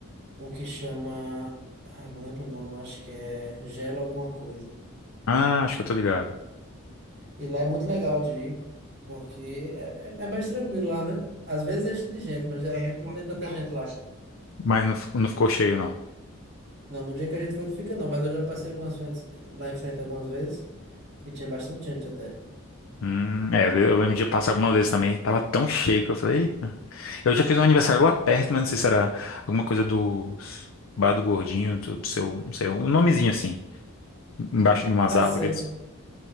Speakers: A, on the right (about 50°); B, on the left (about 65°).
A: um que chama, ah, não lembro o nome, acho que é Gelo alguma coisa.
B: Ah, acho que eu tô ligado.
A: E lá é muito legal de ir, porque é, é- é mais tranquilo lá, né? Às vezes enche de gente, mas É, geralmente não tem tanta gente lá.
B: Mas não, fi- não ficou cheio, não.
A: Não, no dia que a gente foi não fica não, mas eu já passei algumas frentes, lá em frente algumas vezes e tinha bastante gente até.
B: Hum, é, às vezes- eu lembro de passar algumas vezes também, tava tão cheio que eu falei, eita. Eu já fiz um aniversário lá perto, mas não sei se era alguma coisa do Bar do Gordinho, do do seu, não sei, um nomezinho assim, embaixo de umas
A: Ah,
B: árvores.
A: sei.